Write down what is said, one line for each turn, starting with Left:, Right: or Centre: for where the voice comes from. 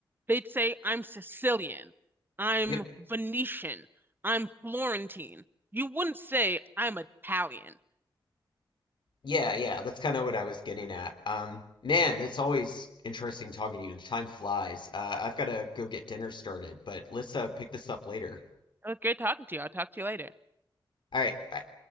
Right: They'd say I'm Sicilian, I'm
Left: Yep.
Right: Venetian, I'm Florentine. You wouldn't say I'm Italian.
Left: Yeah, yeah. That's kind of what I was getting at. Um, man, it's always interesting talking to you. The time flies. Uh, I've got to go get dinner started, but let's uh, pick this up later.
Right: It was great talking to you. I'll talk to you later.
Left: All right. Bye.